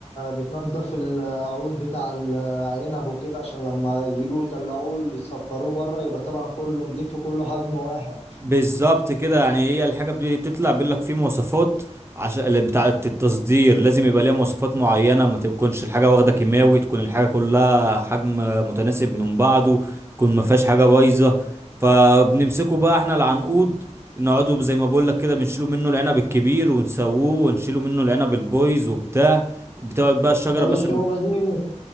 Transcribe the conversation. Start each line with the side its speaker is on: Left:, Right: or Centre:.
Left: بتنضف العود بتاع العنب وكده عشان لما يجوا يطلعوه يصفروه بره يبقى طبعا كله نضيف وكله حجم واحد
Right: بالظبط كده يعني هي الحاجة بتبتدي تطلع بيقول لك في مواصفات عشان بتاعة التصدير لازم يبقى ليها مواصفات معينة ما تكونش الحاجة واخدة كيماوي تكون الحاجة كلها حجم متناسب من بعضه تكون ما فيهاش حاجة بايظة فبنمسكه بقى احنا العنقود نقعده زي ما بقول لك كده بنشيله منه العنب الكبير ونسووه ونشيله منه العنب البويز وبتاع بتقعد بقى الشجرة
Left: طب
Right: مثلا
Left: الشغلة دي مش